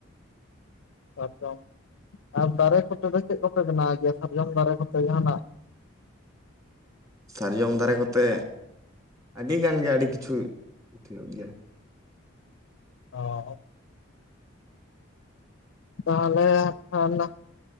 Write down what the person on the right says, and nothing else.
ᱥᱟᱨᱡᱚᱢ ᱫᱟᱨᱮ ᱠᱚᱛᱮ ᱟᱹᱰᱤ ᱜᱟᱱ ᱜᱮ ᱟᱹᱰᱤ ᱠᱤᱪᱷᱩ ᱦᱩᱭᱩᱜ ᱜᱮᱭᱟ ᱾